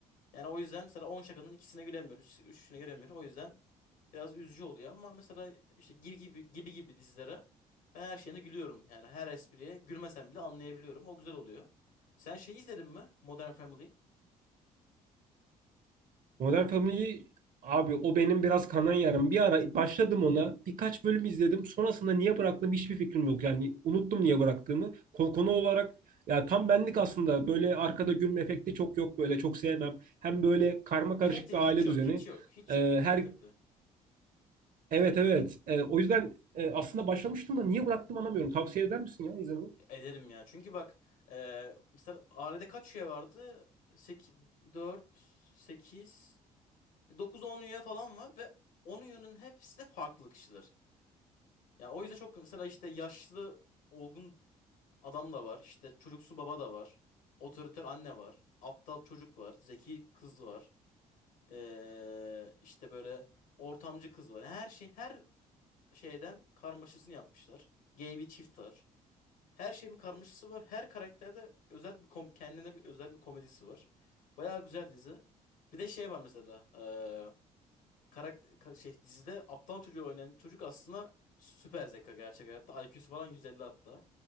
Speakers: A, on the left; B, on the right.
A: Yani o yüzden mesela 10 şakanın ikisine gülemiyoruz, üç- üçüne gülemiyoruz. O yüzden Biraz üzücü oluyor ama mesela işte gibi gibi gibi gibi dizilere ben her şeyine gülüyorum. Yani her espriye gülmesem bile anlayabiliyorum. O güzel oluyor. Sen şey izledin mi? Modern Family.
B: Modern Family abi o benim biraz kanayan yarım. Bir ara başladım ona. Birkaç bölüm izledim. Sonrasında niye bıraktığım hiçbir fikrim yok. Yani unuttum niye bıraktığımı. Konu, konu olarak ya tam benlik aslında. Böyle arkada gülme efekti çok yok böyle. Çok sevmem. Hem böyle karma
A: Gülmek
B: karışık
A: efekti
B: bir aile
A: hiç yok,
B: düzeni.
A: hiç yok, hiç
B: Ee,
A: yok gülme
B: her
A: efekti.
B: Evet evet. E, o yüzden e, aslında başlamıştım da niye bıraktım anlamıyorum. Tavsiye eder misin ya izlememi?
A: E, Ederim ya. Çünkü bak e, mesela ailede kaç üye vardı? Sekiz dört sekiz dokuz on üye falan var ve 10 üyenin hepsi de farklı kişiler. Yani o yüzden çok mesela işte yaşlı olgun adam da var. İşte çocuksu baba da var. Otoriter anne var. Aptal çocuk var. Zeki kız var. Ee, işte böyle ortamcı kız var. Yani Her şey her şeyden karmaşasını yapmışlar. Gay bir çift var. Her şeyin bir karmaşası var. Her karakterde özel bir kom- kendine bir özel bir komedisi var. Bayağı güzel dizi. Bir de şey var mesela. Ee, karak- ka- şey dizide aptal çocuğu oynayan çocuk aslında süper zeka gerçek hayatta. IQ'su falan 150 hatta.